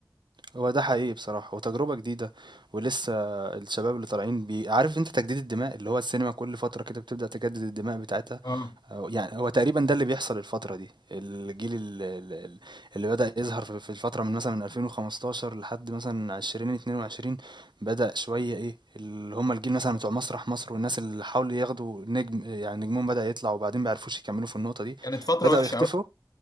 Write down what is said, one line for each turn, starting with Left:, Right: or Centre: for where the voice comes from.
Right: هو ده حقيقي بصراحه وتجربه جديده ولسه الشباب اللي طالعين بي عارف انت تجديد الدماء اللي هو السينما كل فتره كده بتبدا تجدد الدماء بتاعتها
Left: اه
Right: أو يعني هو تقريبا ده اللي بيحصل الفترة دي الجيل ال- ال- ال- اللي بدأ يظهر في في الفترة من مثلا 2015 لحد مثلا 2022 بدأ شوية ايه اللي هم الجيل مثلا بتوع مسرح مصر والناس اللي حاولوا ياخدوا نجم يعني نجمهم بدأ يطلع وبعدين بيعرفوش يكملوا في النقطة دي
Left: كانت فتره
Right: بدأوا
Left: وحشه
Right: يختفوا
Left: قوي